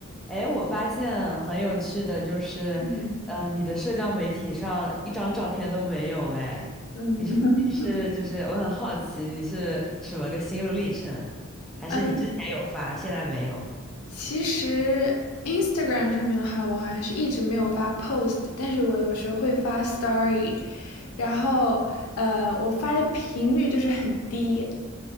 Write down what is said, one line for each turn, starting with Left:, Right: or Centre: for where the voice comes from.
Centre: 哎，我发现很有趣的就是，
Left: 嗯
Centre: 嗯，你的社交媒体上一张照片都没有哎，
Left: 嗯
Centre: 你是你是就是我很好奇你是什么个心路历程，
Left: <laughs>
Centre: 还是你之前有发，
Left: 嗯，
Centre: 现在没有？
Left: 其实 Instagram 上面的话，我好像是一直没有发 post，但是我有时候会发 story，然后呃，我发的频率就是很低，